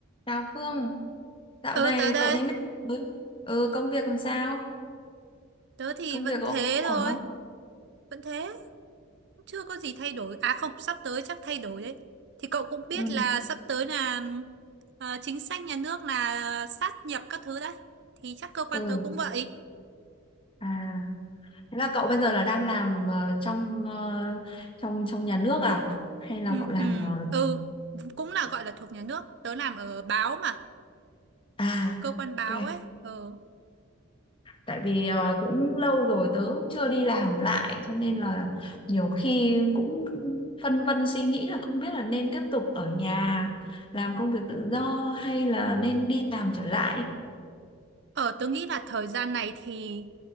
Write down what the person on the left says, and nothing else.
Chào Phương, dạo
này
cậu thế nào? rồi? Ừ, công việc làm sao?
Công
việc có
ổn
không?
Ừ,
ừ.
À, thế là
cậu bây giờ là đang làm ờ, trong ờ, trong trong nhà nước à? Hay là
cậu làm
ờ,
À,
ok.
Tại vì ờ, cũng lâu rồi tớ cũng chưa đi làm lại cho nên là nhiều khi cũng phân vân suy nghĩ là không biết là nên tiếp tục ở nhà làm công việc tự do hay là nên đi làm trở lại.